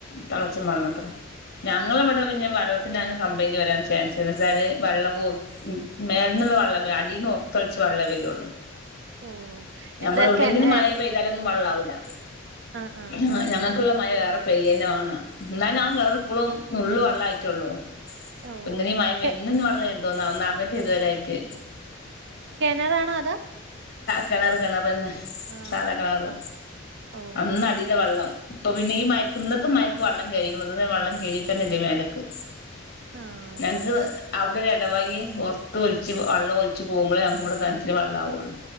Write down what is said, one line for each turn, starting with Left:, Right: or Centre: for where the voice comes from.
Left: തെളച്ച് മറിയണത്ര ഞങ്ങള് വടെ പിന്നെ വള്ളത്തിന്റങ്ങനെ കംപ്ലെയിന്റ് വരാൻ ചാൻസില്ല വച്ചാല് വള്ളം മ് മേൽന്ന്ള്ള വള്ളം വരും അടിൽന്ന് ഒറ്ത്തെളിച്ച് വള്ളെ വെരുള്ളൂ
Right: ഓ
Left: ഞമ്മൾ
Right: എന്താ
Left: എവുടെങ്കിലും
Right: കെ ഏഹ്
Left: മയെ പെയ്താലൊന്നും വെള്ളാവൂല്ല
Right: ആഹ് ആഹ്
Left: ഹാ ഞങ്ങക്ക്ള്ളെ മയ വേറെ പെയ്യന്നെ വാണം ന്നാ ഞാൻ വേറെ പ്പ്ളും നുള്ള് വള്ളായിറ്റുള്ളൂ
Right: ഓ
Left: ഇങ്ങനേം മയ പെയ്
Right: കെ
Left: ന്ന് പിന്നെ വള്ളാ <unintelligible> ഇതുവരായിട്ട്
Right: കിണർ ആണോ അതോ
Left: കെണറ് കെണറന്നെ
Right: ആഹ്
Left: സാധാ കെണറ്
Right: കൊ ഓ
Left: അങ്ങടീലാ വെള്ളം ഇപ്പൊ പിന്നെ ഈ മയക്ക്
Right: ഉം
Left: ഇന്നത്തെ മയക്ക് വെള്ളം കേറീക്കണത് ഇതുവരെ വെള്ളം കേറീട്ടന്നെയില്ലേ മേലേക്ക്
Right: ആഹ്
Left: ഞങ്ങക്ക് അവിടൊരു എടവയിയേ മൊത്തം ഒലിച്ച് വെള്ളം ഒലിച്ച് പോവുമ്പഴേ ഞങ്ങക്കിവിടെ കെണറ്റില് വെള്ളാവുവൊള്ളൂ